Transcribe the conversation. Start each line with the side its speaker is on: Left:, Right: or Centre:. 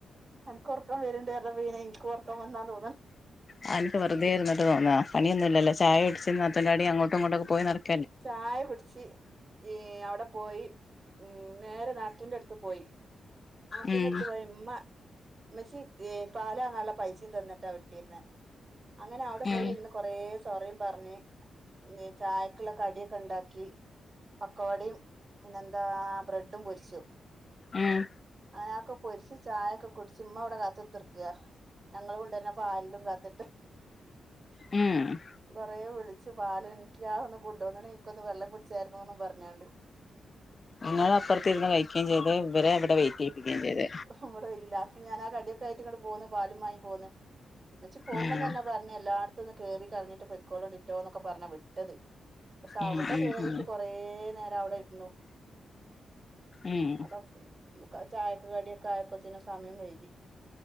Right: എനക്ക് ഉറക്കൻ വരണ്ട വര പിന്നെ എനിക്ക് ഉറക്കൻ വന്നാ തോന്നൻ
Left: ആഹ് എനിക്ക് വെുതൊയിട്ട് തോന്ന പിണി ഇല്ല ചായകുടിച്ച്അത്തൻ്റെടി അങ്ങോട്ടും ഇങ്ങോട്ടൊക്കെ പോയി നടക്ക്
Right: ചായ കുടിച്ച് ഈ അവിടെ പോയി ഉം നേരെ നാഞൂന്റെ അടുത്ത് പോയി ആഹ നാതുണെ
Left: ഉം
Right: എടുത്ത് പോയി ഉമ്മ മച്ചി പാല അങ്ങനാനുള്ള പൈസയും തന്നിട്ടാ വിട്ടിരുന്ന അങ്ങനെ അവിടെ
Left: ഉം
Right: പോയി ഇന്ന് കൊറ സോറയും പറഞ്ഞ് ചായ കടിയൊക്കെ ഉണ്ടാക്കി പക്കവാടും പിന്നെന്താ ബ്രെഡും പൊരിച്ചു
Left: ഉം
Right: അങ്ങനൊക്കെ പൊരിച്ച് ചായയൊക്കെ കുടിച്ച് ഉമ്മ ഇവിടെ കാത്ത്ത്തിർക്കയ ഞങ്ങള് കൊണ്ടു തന്നെ പാലിലും കാത്തിട്ട്
Left: ഉം
Right: കൊറേ വിളിച്ചു പാല് എനിക്ക് ആഹ് ഒന്ന് കൊണ്ടുവന്ന എനിക്കൊന്ന് വെള്ളം കുടിച്ചായിരുന്നോന്നും പറഞ്ഞോണ്ട്
Left: ഇങ്ങള് അപ്പുറത്ത് ഇരുന്ന് കഴിക്കുകയും ചെയ്ത് ഇവരെ ഇവിടെ വെയിറ്റ് ചെയ്യിപ്പിക്കുകയും ചെയ്ത്
Right: അവിടെ ഒരിതാക്കി ഞാൻ ആ കടിയൊക്കെ ആയിട്ട് ഇങ്ങട്ട് പോകുന്നു പാലും വാങ്ങി പോന്ന് വെച്ച് പോകുമ്പ
Left: ഉം
Right: തന്നെ പറ ഇങ്ങനെ എല്ലായിടത്തും ഒന്ന് കേറി കറങ്ങിട്ട് പൊയ്ക്കോലിട്ടോ എന്നൊക്കെ പറഞ്ഞ വിട്ടത് പക്ഷെ
Left: ഉം
Right: അവിടെ
Left: ഉം
Right: കേറീട്ട്
Left: ഉം
Right: കൊറേ കൊറേ നേരം അവിടെ ഇരുന്നു
Left: ഉം
Right: <unintelligible> ചായക്ക് കടിയൊക്കെ ആയപ്പോത്തിന് സമയം വൈകി